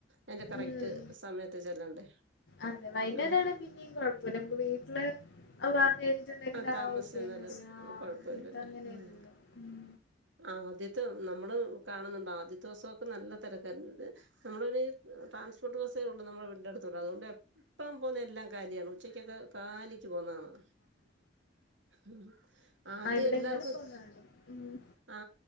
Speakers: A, on the right; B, on the left.
A: എന്റെ കറക്റ്റ്
B: ഉം
A: സമയത്ത് ചെല്ലണ്ടേ
B: അതെ വൈകുന്നേരണ
A: ഉം
B: പിന്നെയും കുഴപ്പമില്ല വീട്ടില് ആ പറഞ്ഞഞ്ഞിട്ട്ുണ്ടെങ്കിലിൽ
A: താമസിച്ച്
B: ആ ഓക്കേന്ന്
A: ചെന്നാലും
B: പററ ആ
A: കൊഴപ്പല്ലല്ലേ
B: ഇത അങ്ങനെയല്ലല്ലോ
A: ഉം
B: ഉ
A: ആദ്യത്തെ നമ്മള് കാണുന്നുണ്ട് ആദ്യത്തെ ദിവസമൊക്കെ നല്ല രക്കാര ഇത് നമ്മള ഒരു ട്രാൻസ്പോർ് ബസേ ഉള്ള നമ്മുടെെടുത്ത് അതുകൊണ്ട് എപ്പം പോുന്ന എല്ലാം കാലിയാണ് ഉച്ചക്കൊക്കെ കാലിക്ക് പോകുന്നതാണ് ആഹ് ആദ്യം
B: ആ ഇവിടെ
A: എല്ലാർക്കും
B: ഇന്നലെ പോന്നതാണ് ഉം
A: ആ